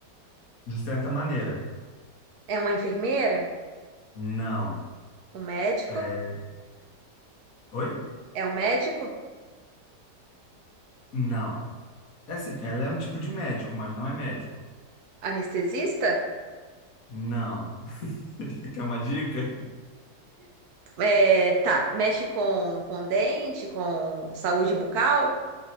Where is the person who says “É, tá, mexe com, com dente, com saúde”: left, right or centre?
Right